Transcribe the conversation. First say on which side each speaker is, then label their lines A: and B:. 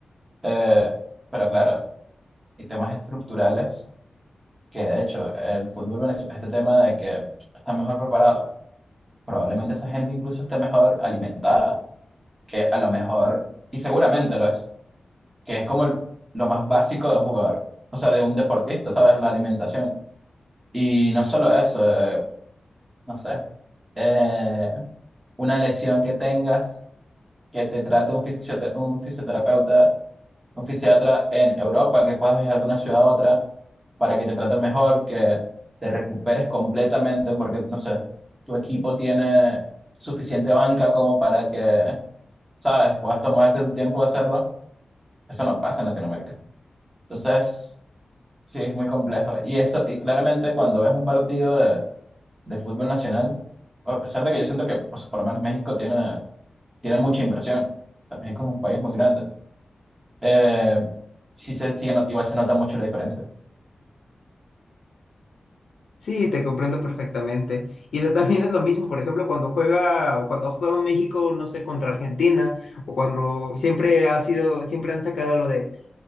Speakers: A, on the right; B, on the left.
A: eh, pero claro, y temas estructurales que de hecho el fútbol venezolano, este tema de que está mejor preparado, probablemente esa gente incluso esté mejor alimentada, que a lo mejor, y seguramente lo es que es como el- lo más básico de un jugador, o sea, de un deportista, ¿sabes? La alimentación. Y no solo eso, eh, no sé, eh, una lesión que tengas, que te trate un fisiotera- un fisioterapeuta, un fisiatra en Europa, que puedas viajar de una ciudad a otra para que te traten mejor, que te recuperes completamente, porque, no sé, tu equipo tiene suficiente banca como para que, ¿sabes?, puedas tomarte tu tiempo de hacerlo. Eso no pasa en Latinoamérica. Entonces... Sí, es muy complejo. Y eso, y claramente cuando ves un partido de, de fútbol nacional, a pesar de que yo siento que pues, por lo menos México tiene, tiene mucha inversión. O sea, México es un país muy grande. Eh, sí se sigue, not- igual se nota mucho la diferencia.
B: Sí, te comprendo perfectamente. Y eso también es lo mismo, por ejemplo, cuando juega o cuando ha jugado México, no sé, contra Argentina, o cuando siempre ha sido, siempre han sacado lo de